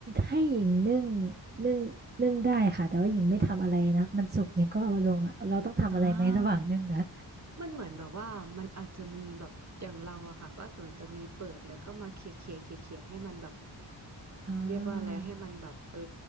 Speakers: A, on the right; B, on the right.
A: ให้หญิงนึ่งนึ่งนึ่งได้ค่ะแต่ว่าหญิงไม่ทำอะไรนะมันสุกหญิงก็เอาลงอ่ะเราต้องทำอะไรไหมระหว่างนึ่งอ่ะ
B: ค่ะอ่า มันเหมือนแบบว่ามันอาจจะมีแบบอย่างเราอะค่ะก็ส่วนจะมีเปิดแล้วก็มาเคลียร์เคลียร์เคลียร์เคลียร์ให้มันแบบ
A: อ่า
B: เรียกว่าอะไรให้มันแบบเออ